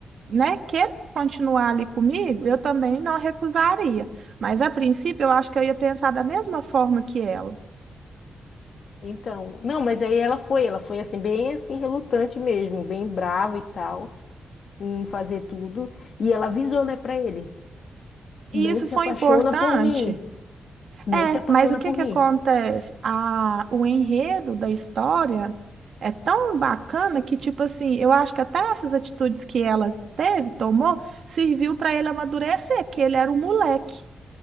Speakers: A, on the right (about 65°); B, on the left (about 65°).
A: né, quer continuar ali comigo, eu também não recusaria. Mas a princípio, eu acho que eu ia pensar da mesma forma que ela.
B: Então, não, mas aí ela foi, ela foi assim, bem assim, relutante mesmo, bem brava e tal, em fazer tudo. E ela avisou, né, pra ele:
A: E
B: não
A: isso
B: se
A: foi
B: apaixona
A: importante
B: por mim. Não
A: É,
B: se apaixona
A: mas o que
B: por
A: que
B: mim.
A: acontece? A, o enredo da história é tão bacana que, tipo assim, eu acho que até essas atitudes que ela teve, tomou, serviu para ele amadurecer, que ele era um moleque.